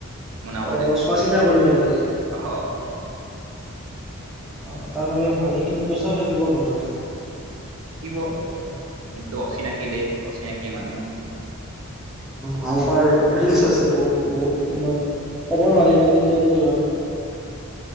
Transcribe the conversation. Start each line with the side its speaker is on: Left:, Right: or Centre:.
Right: মুনা
Centre: অ
Right: মতে মই
Centre: চোৱা চিতা কৰিব লাগে
Right: অহ।
Centre: অ তাৰ বাবে ভালেখিনি পইচাও থাকিব বধে
Right: থাকিব কিন্তু অচিনাকি দেশ অচিনাকি মানুহ
Centre: ভাল পাৰ ৰিস্ক আছে বহুত বহুত তোমাৰ ক'ব নোৱাৰি
Right: হয়
Centre: ন কেতিয়া কি হয়।